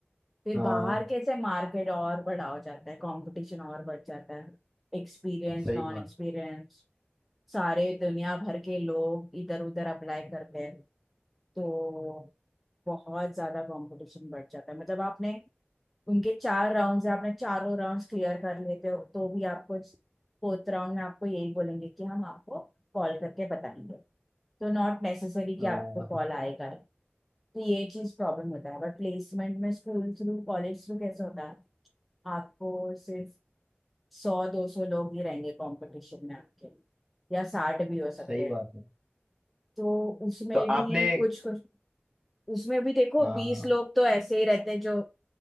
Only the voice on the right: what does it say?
हाँ,
सही
बात
हाँ
सही बात
है
तो आपने
हाँ